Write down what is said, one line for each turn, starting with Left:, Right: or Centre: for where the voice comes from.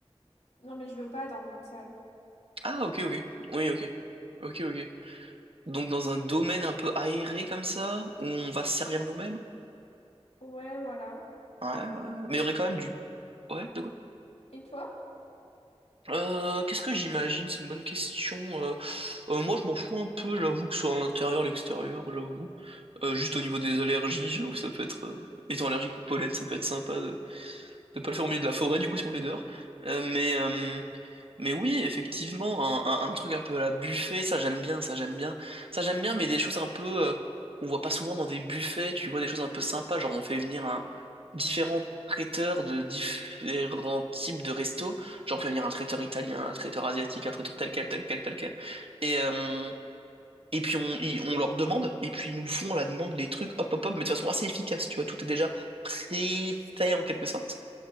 Left: Non, mais je veux pas dans une salle.
Right: Ah, ok, ok. Oui, ok. Ok, ok. Donc dans un domaine un peu aéré comme ça, où on va se servir nous-mêmes?
Left: Ouais, voilà.
Right: Ouais, ouais. ouais. Mais il y aurait quand même
Left: Et-
Right: du... Ouais, de quoi?
Left: Et toi?
Right: Euh, qu'est-ce que j'imagine? C'est une bonne question. Euh, euh, moi, je m'en fous un peu, j'avoue, que ce soit à l'intérieur, l'extérieur, j'avoue. Euh, juste au niveau des allergies, j'avoue, ça peut être... euh, étant allergique aux pollen, ça peut être sympa de ne pas le faire au milieu de la forêt, du coup, si on le fait dehors. Euh, mais... euh, Mais oui, effectivement, un, un- un truc un peu à la buffet, ça j'aime bien, ça j'aime bien. Ça j'aime bien, mais des choses un peu euh, qu'on voit pas souvent dans des buffets, tu vois, des choses un peu sympas, genre on fait venir un différents traiteurs de différents types de restos, genre on fait venir un traiteur italien, un traiteur asiatique, un traiteur tel quel, tel quel, tel quel. Et, euh, et puis on, ils- on leur demande, et puis ils nous font à la demande les trucs, hop, hop, hop, mais de façon assez efficace, tu vois, tout est déjà pré-fait en quelque sorte.